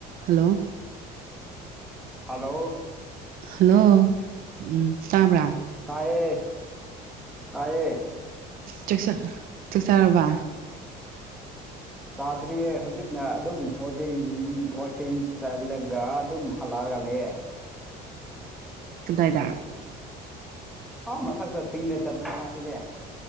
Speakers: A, on the right; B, in the centre.
A: Hello
B: hello
A: hello ꯎꯝ ꯇꯥꯕ꯭ꯔꯥ
B: ꯇꯥꯢꯌꯦ ꯇꯥꯢꯌꯦ
A: ꯆꯛꯆꯥ ꯆꯛꯆꯥꯔꯕ
B: ꯆꯥꯗ꯭ꯔꯤꯌꯦ ꯍꯧꯖꯤꯛꯅ ꯑꯗꯨꯝ ꯋꯥꯀꯤꯡ ꯋꯥꯀꯤꯡ ꯆꯠꯂꯒ ꯑꯗꯨꯝ ꯍꯜꯂꯛꯑꯒ ꯂꯩꯌꯦ
A: ꯀꯗꯥꯢꯗ
B: ꯑꯥ ꯃꯊꯛꯇ ꯆꯤꯡꯗ ꯆꯠꯄꯅꯤ ꯉꯁꯤꯗꯤ